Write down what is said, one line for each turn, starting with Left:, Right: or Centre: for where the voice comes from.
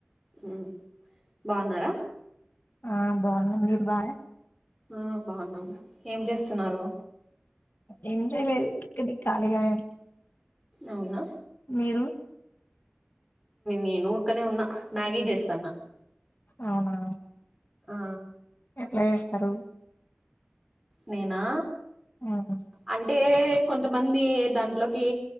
Centre: ఉ బాగున్నారా
Left: ఆ బాగున్నాం మీరు బాగున్నారా
Centre: ఆ బాగున్నాం ఏం చేస్తున్నారు
Left: ఏం చేయలేదు ఊరికనే ఖాళీగానే
Centre: అవునా
Left: మీరు
Centre: నేను ఊరుకనే ఉన్నా మ్యాగీ చేస్తాన్న
Left: అవునా
Centre: ఆ
Left: ఏమిస్తారు చేస్తారు
Centre: నీనా
Left: ఉమ్,
Centre: అంటే కొంతమంది దాంట్లోకి